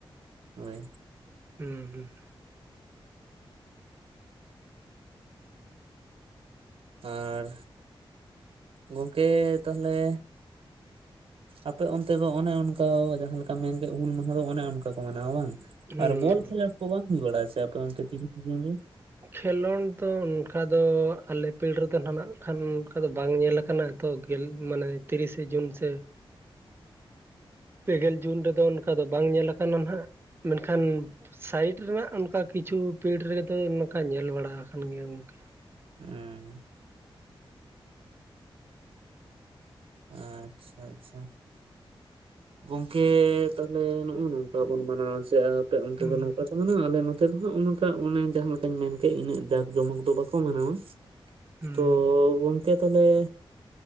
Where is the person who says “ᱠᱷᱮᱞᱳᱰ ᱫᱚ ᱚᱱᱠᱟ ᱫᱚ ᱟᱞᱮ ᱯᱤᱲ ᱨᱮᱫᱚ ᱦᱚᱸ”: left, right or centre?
Right